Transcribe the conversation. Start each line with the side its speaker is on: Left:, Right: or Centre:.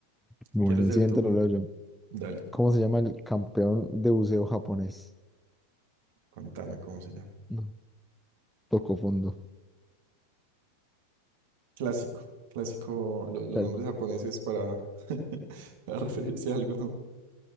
Centre: bueno,
Right: ¿Quieres
Centre: el
Right: leer
Centre: siguiente
Right: tú?
Centre: lo leo yo.
Right: Dale,
Centre: ¿Cómo se llama el campeón de buceo japonés?
Right: contame cómo se llama.
Centre: No, Tocó fondo.
Right: Clásico. Clásico, lo- los
Centre: Claro.
Right: nombres japoneses para, <laughs> para referirse a algo, ¿no?